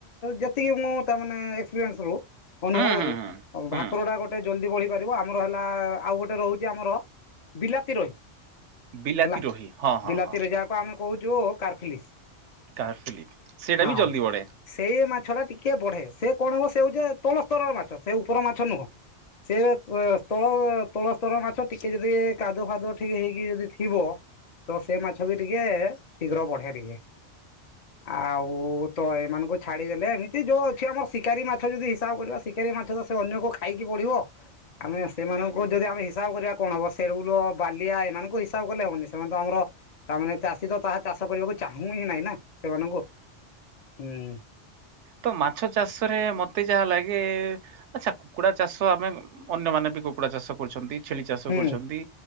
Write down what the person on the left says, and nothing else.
ଯେତିକି ମୁଁ ତା ମାନେ ଏକ୍ସପିରିନ୍ସ ରୁ ଅନୁଭବରୁୁ
ଭାକୁରଟା ଗୋ ଗୋଟେ ଜଲଦି ବଢି ପାରିବ ଆମର ହେଲା ଆଉ ଗୋଟେ ରହୁଛି ଆମର ବିଲାତି ରୋହି।
ହେଲା
ବିଲାତିରେ
ଯାହାକୁ ଆମେ କହୁଛୁ କାରଫିଲିସ୍।
ହଁ
ସେଇ ମାଛ ଟା ଟିକେ ବଢେ ସେ କଣ ହବ ସେ ହଉଛି ତଳ ସ୍ତରର ମାଛ ସେ ଉପର ମାଛ ନୁହଁ। ସେ ତଳ ତଳ ସ୍ତର ମାଛ ଟିକେ ଯଦି କାଦୁଅ ଫାଦୁଅ ଠିକ ହେଇକି ଯଦି ଥିବ ତ ସେ ମାଛ ବି ଟିକେ ଶୀଘ୍ର ବଢେ ଟିକେ ଆଉ ତ ଏମାନଙ୍କୁ ଛାଡ଼ି ଦେଲେ ଏମିତି ଯୋଉ ଅଛି ଆମର ଶିକାରୀ ମାଛ ଯଦି ହିସାବ କରିବା ଶିକାରୀ ମାଛ ତ ସେ ଅନ୍ୟ କୋଉ ଖାଇକି ବଢିବ ଆମେ ସେମାନଙ୍କୁ ଯଦି ଆମେ ହିସାବ କରିବା କଣ ହବ ସେରଉଳ ବାଲିଆ ଏମାନଙ୍କୁ ହିସାବ କଲେ ହବନି ସେମାନେ ତ ଆମର ତାମାନେ ଚାଷୀ ତ ତାହା ଚାଷ କରିବାକୁ ଚାହୁଁ ହିଁ ନହିଁ ନା ସେମାନଙ୍କୁ ହୁଁ।
ହୁଁ।